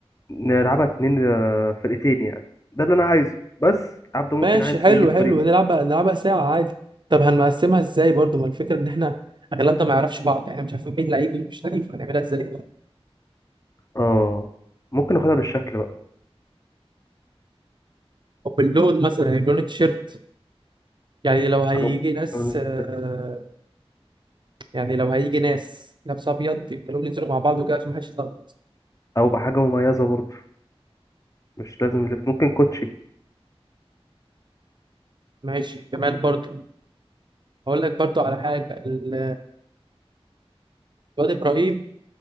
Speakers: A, on the left; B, on the right.
A: نلعبها اتنين آه، فرقتين يعني ده اللي انا عايزه بس عبده ممكن
B: ماشي
A: عايز
B: حلو
A: يجي في
B: حلو
A: فريقه
B: نلعبها نلعبها ساعة عادي طب هنقسمها ازاي برضو ما الفكرة ان احنا اغلبنا ما يعرفش بعض احنا مش عارفين مين لعيب ومين مش لعيب هنعملها ازاي
A: اه ممكن ناخدها بالشكل بقى
B: طب اللون مثلا يعني لون التيشيرت يعني لو هيجي
A: او
B: ناس
A: <laughs>
B: آه، يعني لو هيجي ناس لابس ابيض يبقى لهم ينزلوا مع بعض وكده عشان محدش يتلخبط
A: او بحاجه مميزه برضه مش لازم اللي ممكن كوتشي
B: ماشي جمال برضو هقول لك برضو على حاجة ال- الواد ابراهيم